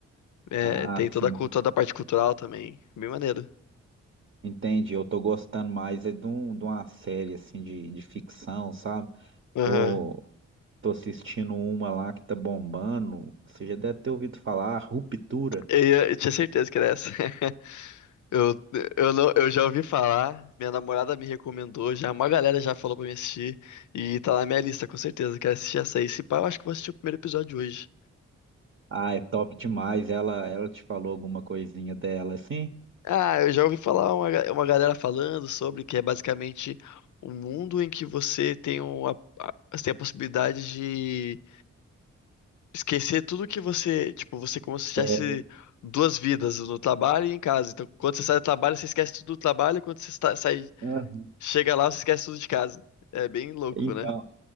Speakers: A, on the left (about 60°); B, on the right (about 40°).
A: é,
B: Ah,
A: tem toda
B: sim.
A: a cultura, toda a parte cultural também, bem maneiro.
B: Entendi, eu tô gostando mais é de, um, de uma série assim de, de ficção, sabe? Eu
A: Aham.
B: tô, Tô assistindo uma lá que tá bombando. Você já deve ter ouvido falar, Ruptura.
A: Eu, ia- eu tinha certeza que era essa. <laughs> Eu, eu, não, eu já ouvi falar, minha namorada me recomendou, já uma galera já falou pra me assistir, e tá na minha lista, com certeza. Quero assistir essa aí. Se pá, eu acho que vou assistir o primeiro episódio hoje.
B: Ah, é top demais. Ela, ela te falou alguma coisinha dela, assim?
A: Ah, eu já ouvi falar uma, ga- uma galera falando sobre que é basicamente um mundo em que você tem, uma, a- você tem a possibilidade de esquecer tudo que você. Tipo, você é como se tivesse
B: É.
A: duas vidas, no trabalho e em casa. Então, quando você sai do trabalho, você esquece tudo do trabalho, quando você sa- sai,
B: Ela-
A: chega lá, você esquece tudo de casa. É bem louco,
B: Então,
A: né?